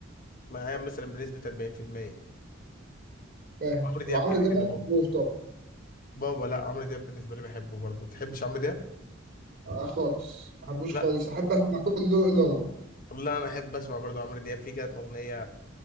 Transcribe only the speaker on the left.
معاه مثلا بنسبه 40%
عمرو
دياب كده
كده
بابا لا عمرو دياب بالنسبه لي بحبه برضه تحبش عمرو دياب
لا
لا انا احب اسمع برضه عمرو دياب في كانت اغنيه